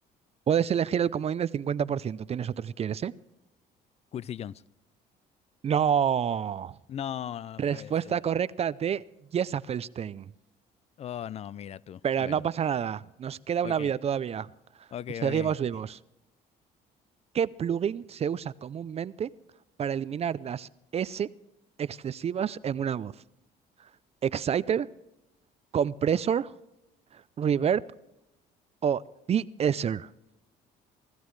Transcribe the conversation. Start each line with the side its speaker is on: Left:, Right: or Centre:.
Right: Puedes elegir el comodín del 50%. Tienes otro si quieres, ¿eh?
Left: Quincy Jones.
Right: No.
Left: No, no
Right: Respuesta
Left: puede ser.
Right: correcta de Jessa Felstein.
Left: Oh, no, mira tú.
Right: Pero
Left: Bueno,
Right: no pasa nada, nos queda
Left: ok,
Right: una vida todavía.
Left: ok,
Right: Seguimos
Left: ok.
Right: vivos. ¿Qué plugin se usa comúnmente para eliminar las S excesivas en una voz? ¿Exciter, compressor, reverb o de-esser?